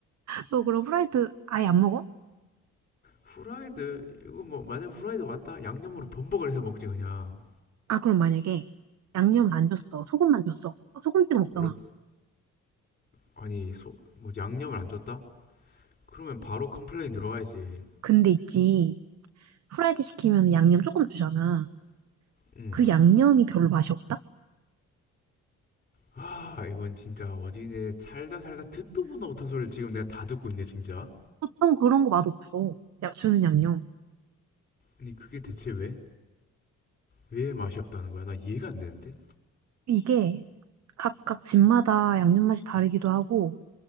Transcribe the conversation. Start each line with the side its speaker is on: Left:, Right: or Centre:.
Right: 너 그럼 후라이드 아예 안 먹어?
Left: 후라이드, 이거 뭐, 만약에 후라이드 왔다? 양념으로 범벅을 해서 먹지, 그냥.
Right: 아, 그럼 만약에 양념을 안 줬어. 소금만 줬어. 어, 소금 찍어 먹잖아.
Left: 그렇, 아니, 소, 뭐, 양념을 안 줬다? 그러면 바로 컴플레인 들어와야지.
Right: 근데 있지. 후라이드 시키면 양념 조금 주잖아.
Left: 응.
Right: 그 양념이 별로 맛이 없다?
Left: 아, 이건 진짜 어디네 살다 살다 듣도 보다 못한 소리를 지금 내가 다 듣고 있네, 진짜.
Right: 보통 그런 거 맛없어. 야, 주는 양념.
Left: 아니, 그게 대체 왜? 왜 맛이 없다는 거야? 나 이해가 안 되는데?
Right: 이게 각각 집마다 양념 맛이 다르기도 하고,